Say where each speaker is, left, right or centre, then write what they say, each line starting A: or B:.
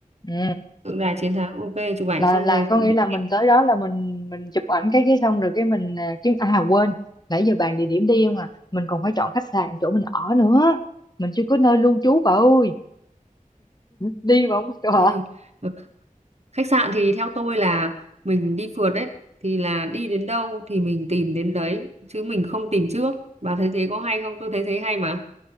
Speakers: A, on the left (about 30°); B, on the right (about 50°).
A: ừ
B: Tượng đài chiến thắng. Ok, chụp ảnh
A: là
B: xong
A: là
B: rồi.
A: có
B: Đi.
A: nghĩa là mình tới đó là mình mình chụp ảnh cái cái xong rồi cái mình à, chứ à quên nãy giờ bàn địa điểm đi không à mình còn phải chọn khách sạn chỗ mình ở nữa mình chưa có nơi lưu trú bà ơi đi mà không có chỗ
B: Ê,
A: ở
B: ờ, khách sạn thì theo tôi là mình đi phượt đấy. Thì là đi đến đâu thì mình tìm đến đấy. Chứ mình không tìm trước. Bà thấy thế có hay không? Tôi thấy thế hay mà.